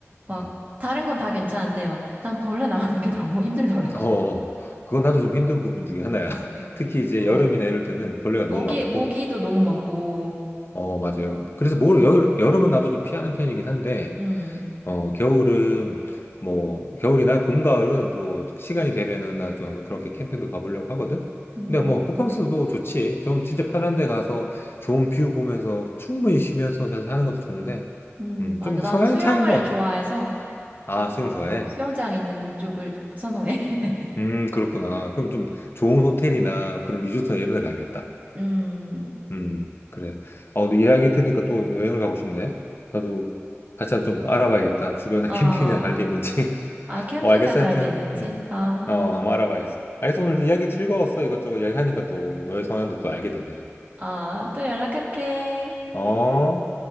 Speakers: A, on the right; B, on the left.
A: 막,
B: 음.
A: 다른 건 다 괜찮은데, 막, 난 벌레 나오는 게 <laughs> 너무 힘들더라고.
B: 어, 그건 나도 좀 힘든 부분 중에 하나야.
A: 음.
B: <laughs> 특히 이제
A: 그,
B: 여름이나 이럴 때는 벌레가
A: 모기,
B: 너무 많고
A: 모기도 너무 많고,
B: 어, 맞아요. 그래서 뭘 여, 여름은 나도 좀 피하는 편이긴 한데
A: 음,
B: 어, 겨울은 뭐 겨울이나 봄, 가을은 또 시간이 되면은 나좀 한번 그렇게 캠핑도 가보려고 하거든.
A: 음.
B: 근데 뭐 호캉스도 좋지. 좀 진짜 편한 데 가서 좋은 뷰 보면서 충분히 쉬면서 사실 하는 것도 좋은데,
A: 음.
B: 음,
A: 맞아.
B: 좀 성향
A: 나는 수영을
B: 차이인 것 같아.
A: 좋아해서,
B: 아, 수영을
A: 어,
B: 좋아해.
A: 수영장 있는 쪽을 선호해. <laughs>
B: 음, 그렇구나. 그럼 좀 좋은 호텔이나 그런 리조트나 이런 데 가야겠다.
A: 음,
B: 음, 그래. 어, 너 이야기 들으니까 또 여행을 가고 싶네. 나도 같이 한번 좀 알아봐야겠다. 주변에
A: 어,
B: <laughs> 캠핑장 갈데 있는지.
A: 아,
B: <laughs>
A: 캠핑장
B: 어, 알겠어.
A: 갈
B: 하여튼.
A: 때 있는지?
B: 음.
A: 아,
B: 어, 한번 알아봐야겠어. 알겠어. 오늘 이야기 즐거웠어. 이것저것 이야기하니까 또 너의 성향도 또 알게 되네.
A: 아, 또 연락할게.
B: 어?